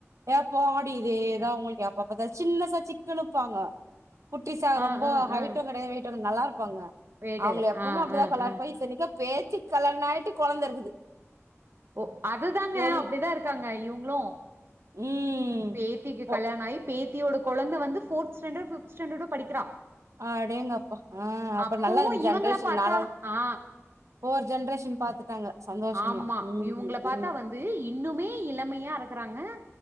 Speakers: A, on the right; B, on the right.
A: ஏ போங்கடி இதேதா உங்களுக்கு எப் பாப்பத்தா சின்னசா சிக்குனு இப்பாங்க குட்டிசா
B: ஆ
A: ரொம்ப
B: ஆ
A: ஹைட்டுங்
B: ஆ
A: கெடையாது வெயிட்டுங் நல்லா இருப்பாங்க
B: வேட்டரு
A: அவுங்கள எப்பவுமே
B: ஆ
A: அப்டிதா
B: ஆ
A: கலார்
B: ஆ
A: போயி இத்தனிக்கு பேத்திக் கல்யாணோ ஆயிட்டு கொழந்த இருக்குது
B: ஓ அதுதாங்க
A: பொண்
B: அப்டிதா இருக்காங்க இவுங்களு
A: ம்
B: பேத்திக்கு
A: பொ
B: கல்யாணோ ஆயி பேத்தியோட கொழந்த வந்து ஃபோர்த்து ஸ்டேண்டடோ ஃபிப்த்து ஸ்டேண்டடோ படிக்கிறா
A: ஆ அடேங்கப்பா ஆ அப்ப
B: அப்பவு
A: நல்லா ஜென்ரேஷன்
B: இவங்கள பாத்தா
A: நாளாக
B: ஆ
A: ஃபோர் ஜென்ரேஷன் பாத்துட்டாங்க சந்தோஷந்தா
B: ஆம்மா
A: ம்
B: இவுங்ள பாத்தா
A: ம்
B: வந்து இன்னுமே இளமையா இருக்கறாங்க